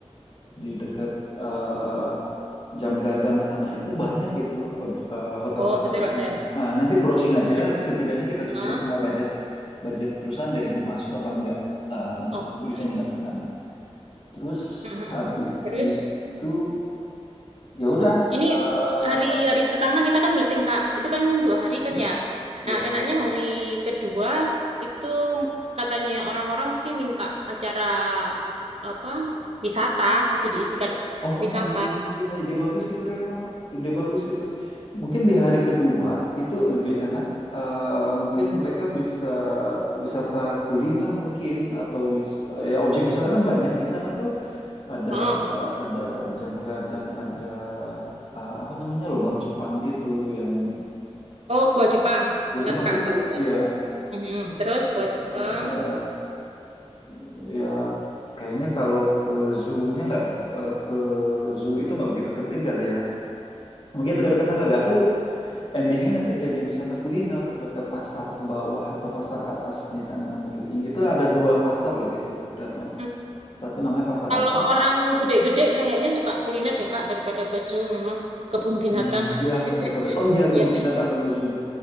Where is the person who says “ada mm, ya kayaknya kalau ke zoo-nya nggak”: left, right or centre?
Left